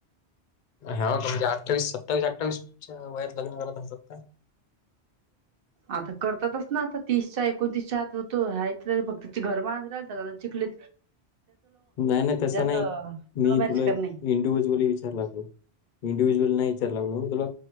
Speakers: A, on the left; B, on the right.
A: हो का म्हणजे अठ्ठावी सत्तावीस अठ्ठावीसच्या वयात लग्न करत असतात का
B: आता करतातच ना आता तीसच्या एकोणतीसच्या आ तो आहे तर फक्त घर बांधत राहिलत आता चिखली
A: नाही नाही तस नाही
B: लव्ह
A: मी
B: मॅरेज
A: तुला
B: करणे
A: इंडिव्हज्युअली विचारला होत इंडिव्हिज्युअल नाही विचारय लागल मी तुला